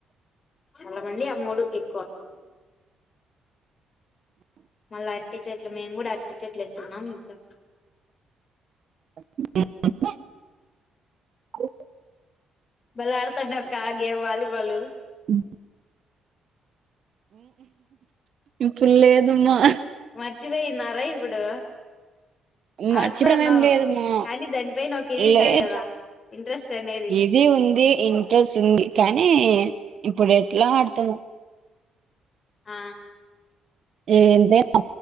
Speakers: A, on the left (about 40°); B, on the right (about 55°).
A: చాలా మంది ఆ మూడు ఎక్కువ మళ్ళా అరటి చెట్లు మేము కూడా అరటి చెట్లు ఇస్తున్నాం ఇంకా
B: అ
A: బల ఆడతాడు నావక్క ఆ గే వాలిబాల్
B: ఇ పుల్ ఏదుమా
A: మర్చిపోయిన్నారా ఇప్పుడు ఆడుతాన్నాం
B: మర్చిపోవడం ఏం లేదమ్మా
A: కానీ దానిపైన ఒక ఇది ఉంటది
B: లేదు
A: కదా ఇంట్రెస్ట్ అనేది
B: ఇది ఉంది ఇంట్రెస్ట్ ఉంది కానీ ఇప్పుడు ఎట్లా ఆడుతాం
A: ఆ
B: ఏంతే నా